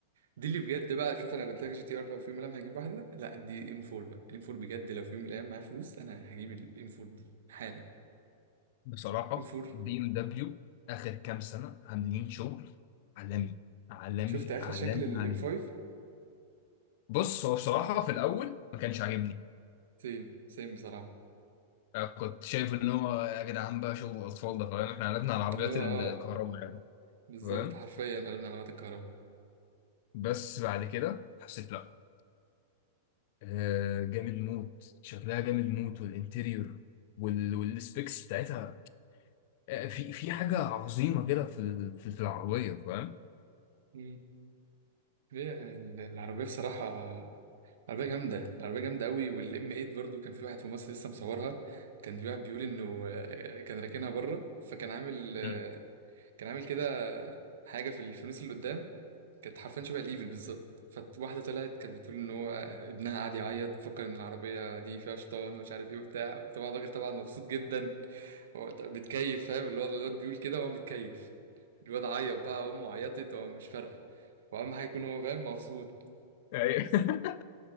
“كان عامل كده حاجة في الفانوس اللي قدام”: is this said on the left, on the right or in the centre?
Right